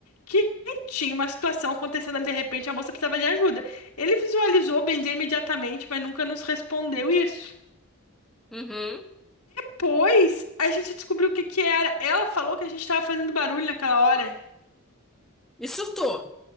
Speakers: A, on the left (about 90°); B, in the centre.
A: que tinha uma situação acontecendo ali de repente, a moça precisava de ajuda. Ele visualizou, bem dizer, imediatamente, mas nunca nos respondeu isso.
B: Uhum.
A: Pois a gente descobriu o que que era. Ela falou que a gente tava fazendo barulho naquela hora.
B: E surtou.